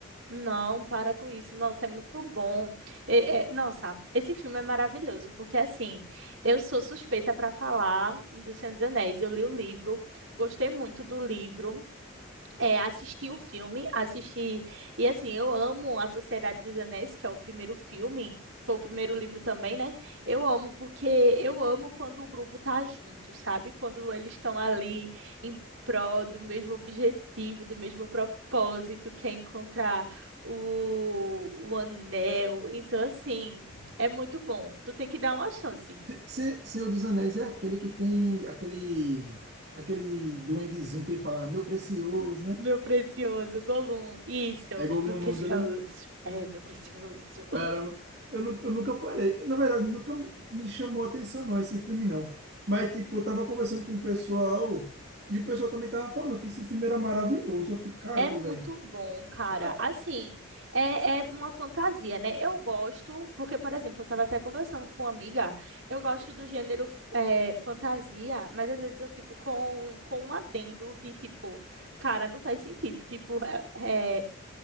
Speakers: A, on the right; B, on the right.
A: Não, para com isso. Nossa, é muito bom. É- é- nossa, esse filme é maravilhoso, porque assim, eu sou suspeita para falar do Senhor dos Anéis. Eu li o livro, gostei muito do livro. É, assisti o filme, assisti. E assim, eu amo A Sociedade dos Anéis, que é o primeiro filme, foi o primeiro livro também, né? Eu amo porque eu amo quando o grupo tá junto, sabe? Quando eles estão ali em prol do mesmo objetivo, do mesmo propósito, que é encontrar o, o anel. Então, assim, é muito bom. Tu tem que dar uma chance.
B: Se- Senhor dos Anéis é aquele que tem aquele aquele duendezinho que ele fala, meu precioso, né?
A: Meu precioso Gollum, isso,
B: É Gollum
A: meu precioso,
B: o nome dele, é?
A: é, meu precioso.
B: Caramba, eu, nu- eu nunca parei. Na verdade, nunca me chamou a atenção, não, esse filme, não. Mas, tipo, eu tava conversando com o pessoal e o pessoal também tava falando que esse filme era maravilhoso. Eu fiquei, caramba,
A: É muito
B: velho.
A: bom, cara.
B: Mas,
A: Assim, é, é uma fantasia, né? Eu gosto, porque, por exemplo, eu estava até conversando com uma amiga, eu gosto do gênero f- eh, fantasia, mas às vezes eu fico com, com um adendo de tipo, cara, não faz sentido. Tipo, é, é,